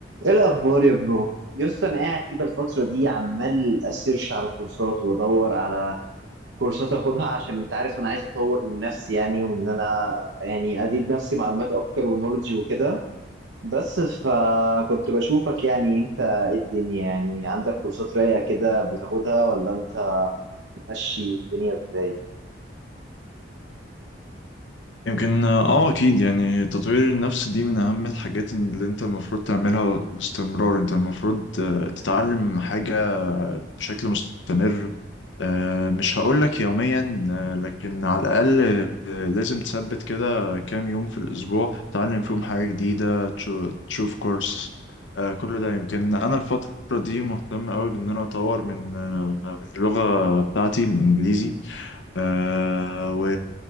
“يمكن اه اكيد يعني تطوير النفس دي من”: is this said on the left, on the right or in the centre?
Left